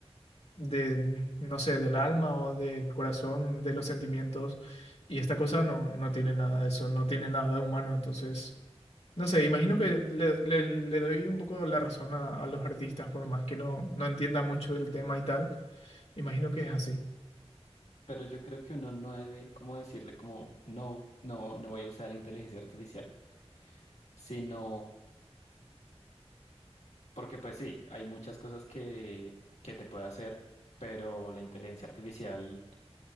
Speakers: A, on the left; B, on the left.
A: de, no sé, del alma o del corazón, de los sentimientos. Y esta cosa no, no tiene nada de eso, no tiene nada de humano. Entonces, no sé, imagino
B: Sí,
A: que le, le- le doy un poco la razón a, a los artistas, por más que no, no entienda mucho del tema y tal. Imagino que es así.
B: pero yo creo que uno no debe como decirle como no, no, no voy a usar inteligencia artificial, sino Porque pues sí, hay muchas cosas que, que te puede hacer, pero la inteligencia artificial